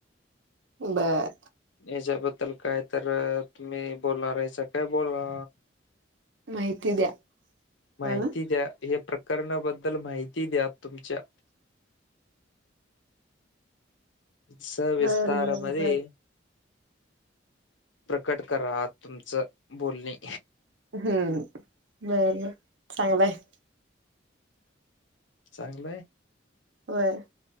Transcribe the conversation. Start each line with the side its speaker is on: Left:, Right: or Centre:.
Right: बर!
Left: यांच्याबद्दल काय तर तुम्ही बोलणार आहेसा काय बोला.
Right: माहिती द्या.
Left: माहिती
Right: ह ना
Left: द्या हे प्रकरणा बद्दल माहिती द्या तुमच्या. सविस्तारमध्ये
Right: बर बर बर
Left: प्रकट करा तुमचं बोलणे.
Right: हम्ं बर चांगलाय.
Left: चांगलंय!
Right: होयं.